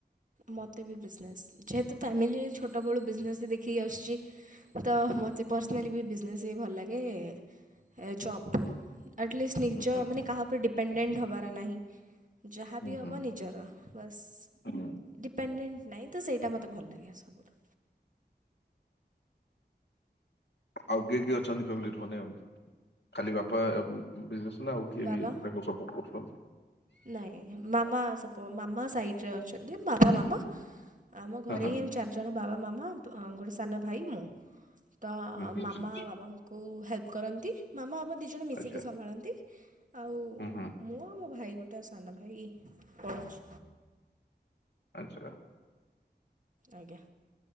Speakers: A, on the right (about 45°); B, on the left (about 80°).
A: ମୋତେ ବି ବିଜନେସ୍ ଯେହେତୁ ଫ୍ୟାମିଲି ଛୋଟବେେଳୁ ବିଜନେସ୍ ଦେଖିକି ଆସୁଛି ତ ମୋତେ ପର୍ସନାଲି ବି ବିଜନେସ୍ ହିଁ ଭଲ ଲାଗେ ଏ ଜବ୍ ଠୁ। ଆଟଲିଷ୍ଟ ନିଜ
B: ହୁଁ ହୁଁ
A: ମାନେ କାହା ଉପରେ ଡିପେଣ୍ଡେଣ୍ଟ ହେବାର ନାହିଁ। ଯାହାବି
B: ହୁଁ
A: ହବ
B: ହୁଁ
A: ନିଜର ବସ୍।
B: ହୁଁ
A: ଡିପେଣ୍ଡେଣ୍ଟ ନାହିଁ ତ ସେଇଟା ମୋତେ ଭଲ ଲାଗେ ସବୁଠୁ।
B: ଆଉ କିଏ କିଏ ଅଛନ୍ତି ଫାମିଲରେ ମାନେ, ଖାଲି ବାପା ଏ ଉଁ ବିଜନେସ ନା ଆଉ କିଏ
A: ବାବା
B: ବି ତାଙ୍କୁ ସପୋର୍ଟ କରୁଛନ୍ତି?
A: ନାଇଁ ମାମା ସପୋ ମାମା ସାଇଡରେ ଅଛନ୍ତି ବାପା ମାମା। ଆମ ଘରେ
B: ହଁ ହଁ
A: ହିଁ ଆମ ଚାରିଜଣ ବାବା ମାମା ବ ଗୋଟେ ସାନ ଭାଇ ମୁଁ। ତ
B: ହୁଁ ହୁଁ
A: ମାମା ବାବାଙ୍କୁ ହେଲ୍ପ କରନ୍ତି ମାମା ବାବା ଦି ଜଣ ମିଶିକି
B: ଆଚ୍ଛା
A: ସମ୍ଭାଳନ୍ତି ଆଉ
B: ହୁଁ ହୁଁ
A: ମୁଁ ଆଉ ମୋ ଭାଇ ଗୋଟେ ଟା ସାନ ଭାଇ ପଢୁଚି।
B: ଆଚ୍ଛା।
A: ଆଜ୍ଞା।